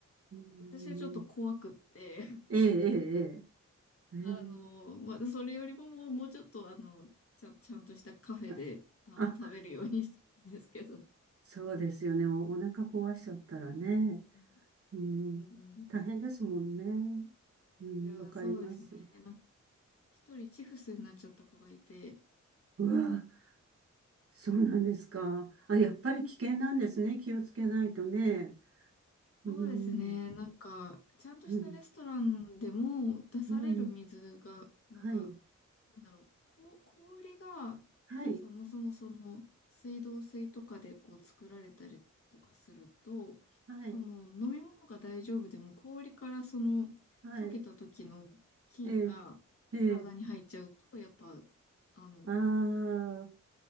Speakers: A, on the right; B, on the left.
A: うん。
B: 私はちょっと怖くって、
A: ええええええ。ええ
B: あの、まあ、それよりももう、もうちょっと、あの、ちゃん、ちゃんとしたカフェで、
A: あ、
B: あの、
A: あ
B: 食べるようにしてるんですけど。
A: そうですよね。お、お腹壊しちゃったらね。
B: うん
A: うん。
B: うんうんうん
A: 大変ですもんね。うん、
B: いやー、
A: わかります。
B: そうですね。なんか、一人チフスになっちゃった子がいて、
A: うわそうなんですか。あ、やっぱり危険なんですね。気をつけないとね。
B: そうですね。
A: うん、
B: なんか、ちゃんとしたレストランでも出される水が、
A: うん、うん。
B: なんか、
A: はい、
B: なんだろう、こ、氷が、
A: はい、
B: そもそもその、水道水とかでこう作られたりとかすると、
A: はい、
B: その飲み物が大丈夫でも氷からその溶けた時の菌が体に入っちゃうと、
A: はい。ええ、ええ。
B: やっぱ、あの、
A: ああ、